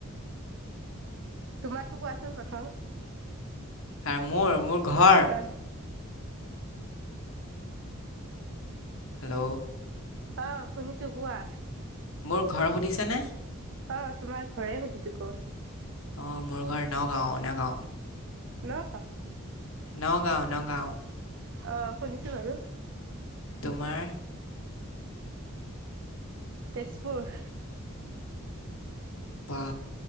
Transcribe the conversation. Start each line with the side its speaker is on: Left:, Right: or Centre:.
Right: তোমাৰটো কোৱাচোন প্ৰথম।
Left: <inaudible> মোৰ মোৰ ঘৰ,
Right: আহ
Left: হেল্ল'
Right: অ, শুনিছো কোৱা।
Left: মোৰ ঘৰ সুধিছেনেে?
Right: অ, তোমাৰ ঘৰে সুধিছোঁ ক'ত।
Left: অ, মোৰ ঘৰ নগাঁও নগাঁও।
Right: <inaudible>
Left: নগাঁও নগাঁও।
Right: অ, শুনিছোঁ বাৰু।
Left: তোমাৰ?
Right: তেজপুৰ।
Left: বা